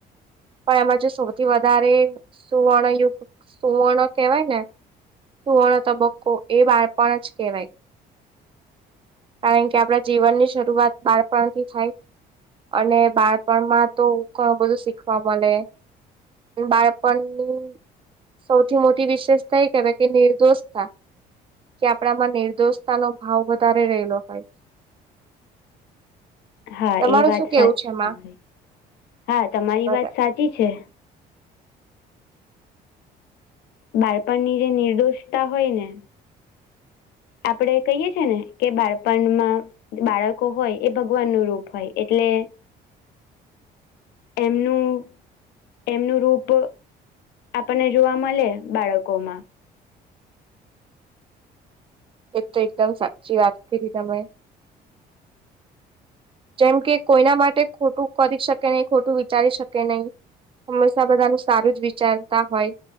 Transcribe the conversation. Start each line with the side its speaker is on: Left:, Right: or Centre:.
Right: પણ એમાં જે સૌથી વધારે સુવર્ણયુગત સુવર્ણ કેવાય ને સુવર્ણ તબક્કો એ વાળપણ જ કેવાય કારણ કે આપણા જીવન ની શરૂઆત બાળપણથી થાય અને બાળપણમાં તોણું બધું શીખવા મળે બાળપણની સૌથી મોટી વિશેષ કઈ કર કે નિર્દોષ હતા કે આપડામાં નિર્દોષતા નો ભાવ વધારે રહેલો હોય
Left: હા
Right: તમારું
Left: એ વાત
Right: શું કેવું
Left: સાચી
Right: છે એમાં
Left: તમારી હા તમારી
Right: બરા
Left: વાત સાચી છે બારપની જે નિર્દોષતા હોય ને આપડે કહીએ છેીએ ને કે બાળપણમાં બાળકો હોય એ ભગવાન નું રૂપ હોય એટલે એમનું એમનું રૂપ આપણને જોવા મળે બાળકો માં
Right: એ તો એકદમ સાચી વાત કરી હતી તમે જેમ કે કોઈના માટે ખોટું કરી શકે નહી ખોટું વિચારી શકે નહીિ હંમેશા બધાનું સારું જ વિચારતા હોય